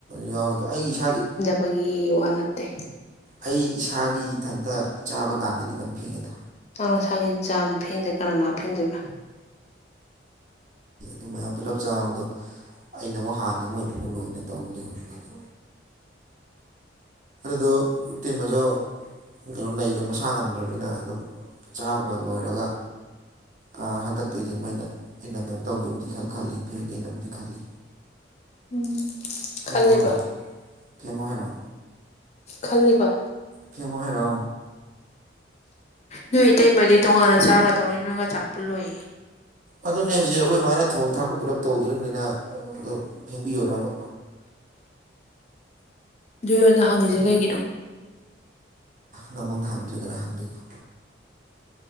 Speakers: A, on the right (about 45°); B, on the left (about 35°).
A: ꯌꯥꯎꯋꯦ ꯑꯗꯣ ꯑꯩꯒꯤ ꯏꯁꯥꯒꯤ
B: ꯕꯒꯤ ꯋꯥ ꯅꯠꯇꯦ
A: ꯑꯩ ꯏꯁꯥꯒꯤ ꯏꯊꯟꯇ ꯆꯥꯕ ꯀꯥꯟꯗꯗꯤ ꯑꯗꯨꯝ ꯐꯦꯡꯉꯦꯗ
B: ꯃꯥ ꯃꯁꯥꯒꯤ ꯆꯥꯕꯗꯤ ꯐꯦꯡꯗ꯭ꯔꯦ ꯀꯅꯥ ꯂꯥꯛ ꯑꯥ ꯐꯦꯡꯗꯣꯏꯕ
A: ꯑꯗꯨ ꯃꯌꯥꯝ ꯄꯨꯂꯞ ꯆꯥꯕꯗꯣ ꯑꯩꯅ ꯑꯃꯨꯛ ꯍꯥꯟꯅꯤ ꯃꯣꯏꯅ ꯑꯃꯨꯛ ꯂꯣꯏꯅ ꯇꯧꯕ ꯂꯩꯍꯧꯕꯗ ꯑꯗꯨꯣ ꯏꯇ ꯃꯖꯧ ꯀꯩꯅꯣ ꯂꯩꯗ ꯃꯁꯥ ꯉꯝꯗ꯭ꯔꯕꯅꯤꯅ ꯑꯗꯨꯝ ꯆꯥꯕ ꯂꯣꯏꯔꯒ ꯑꯥ ꯍꯟꯗꯛꯇꯩꯗꯤ ꯃꯣꯏꯅ ꯑ ꯩꯅ ꯇꯧꯒꯦꯕꯨꯗꯤ ꯈꯜ ꯈꯜꯂꯤ ꯐꯦꯡꯒꯦꯅꯕꯨꯗꯤ ꯈꯜꯂꯤ
B: ꯎꯝ
A: ꯐꯦꯡꯉꯣ
B: ꯈꯜꯂꯤꯕ
A: ꯍꯥꯏꯔꯛꯑꯣ ꯐꯦꯡꯉꯣ ꯍꯥꯏꯔꯣ
B: ꯈꯜꯂꯤꯕ
A: ꯐꯦꯡꯉꯣ ꯍꯥꯏꯔꯣ
B: ꯅꯣꯏ ꯏꯇꯩꯃꯗꯤ ꯇꯣꯉꯥꯟꯅ ꯆꯥꯒꯗꯧꯅꯦ ꯅꯣꯏꯒ ꯆꯥꯛ ꯄ ꯨꯜꯂꯣꯏꯌꯦ
A: ꯑꯗꯨꯅꯦ ꯍꯧꯖꯤꯛ ꯑꯩꯈꯣꯏ ꯃꯥꯅ ꯊꯣꯡ ꯊꯥꯛꯄ ꯄꯨꯂꯞ ꯇꯧꯗ꯭ꯔꯤꯕꯅꯤꯅ ꯑꯗꯨ ꯐꯦꯡꯕꯤꯌꯨꯔꯕꯥ
B: ꯑꯗꯨ ꯑꯩꯉꯣꯟꯗ ꯍꯪꯉꯤꯁꯦ ꯀꯩꯒꯤꯅꯣ
A: ꯅꯪꯉꯣꯟꯗ ꯍꯪꯗ꯭ꯔꯤ ꯀꯅꯥ ꯍꯪꯗꯣꯏꯅꯣ